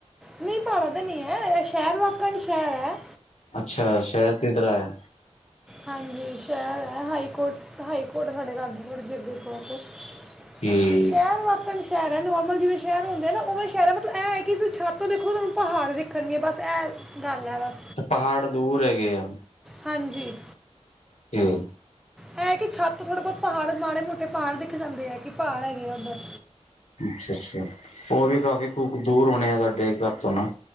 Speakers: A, in the centre; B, on the left.
A: ਨਹੀ ਪਹਾੜਾਂ ਤੇ ਨਹੀ ਹੈ। ਇਹ ਸ਼ਹਿਰ ਵਾਕਣ ਸ਼ਹਿਰ ਹੈ।
B: ਅੱਛਾ, ਸ਼ਹਿਰ ਦੀ ਤਰ੍ਹਾਂ ਹੈ।
A: ਹਾਂਜੀ ਸ਼ਹਿਰ ਹੈ। ਹਾਈ ਕੋਰਟ, ਹਾਈ ਕੋਰਟ ਸਾਡੇ ਘਰ ਦੇ ਥੋੜ੍ਹੀ ਜੀ ਅਗੇ -
B: ਕਿ
A: ਸ਼ਹਿਰ ਵਕਨ- ਸ਼ਹਿਰ ਹੈ। ਨੋਰਮਲ ਜਿਵੇ ਸ਼ਹਿਰ ਹੁੰਦੇ ਨਾ ਉਵੇ ਸ਼ਹਿਰ ਹੈ। ਮਤਲਬ ਐ ਕਿ ਤੁਸੀ ਛੱਤ ਤੋਂ ਦੇਖੋ, ਤੁਹਾਨੂੰ ਪਹਾੜ ਦਿਖਣਗੇ ਬਸ ਏਹ। ਡਰ ਲ <unintelligible> ਬਸ
B: ਤੇ ਪਹਾੜ ਦੂਰ ਹੈਗੇ ਆ।
A: ਹਾਂਜੀ,
B: ਤੇ
A: ਏਹੈ ਕਿ ਛੱਤ ਥੋੜਾ ਬਹੁਤ- ਪਹਾੜ ਮਾੜੇ ਮੋਟੇ ਪਹਾੜ ਦਿਖ ਜਾਦੇ ਆ, ਕਿ ਪਹਾੜ ਹੈਗੇ ਆ ਓਦਰ-
B: ਅਛਾ- ਅਛਾ, ਉਹ ਵੀ ਕਾਫੀ ਦੂਰ ਹੋਣੇ ਆ ਤੁਹਾਡੇ ਘਰ ਤੋਂ ਨਾ-